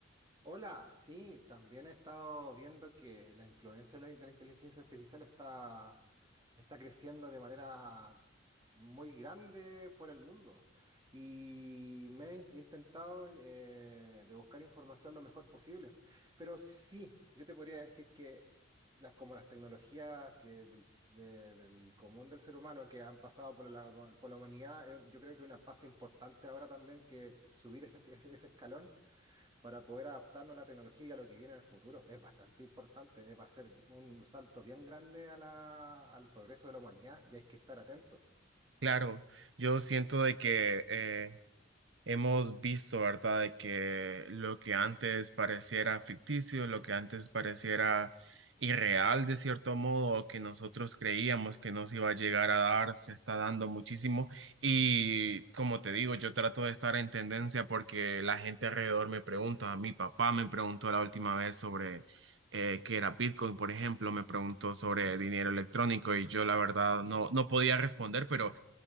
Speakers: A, on the right; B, on the right.
A: Hola, sí, también he estado viendo que la influencia de la, de la inteligencia artificial está, está creciendo de manera muy grande por el mundo. Y me he in- intentado eh, de buscar información lo mejor posible. Pero sí, yo te podría decir que las, como las tecnologías que del, s- de- del común del ser humano que han pasado por la, por la humanidad, eh, yo creo que una pasa importante ahora también que subir ese ese- ese escalón para poder adaptarnos a la tecnología y a lo que viene en el futuro. Es bastante importante, eh, va a ser un salto bien grande a la- al progreso de la humanidad y hay que estar atentos.
B: Claro, yo siento de que eh, Hemos visto, ¿verdad?, de que lo que antes pareciera ficticio, lo que antes pareciera irreal de cierto modo, o que nosotros creíamos que nos iba a llegar a dar, se está dando muchísimo. Y como te digo, yo trato de estar en tendencia porque la gente alrededor me pregunta, mi papá me preguntó la última vez sobre eh, qué era Bitcoin, por ejemplo, me preguntó sobre dinero electrónico y yo la verdad no, no podía responder, pero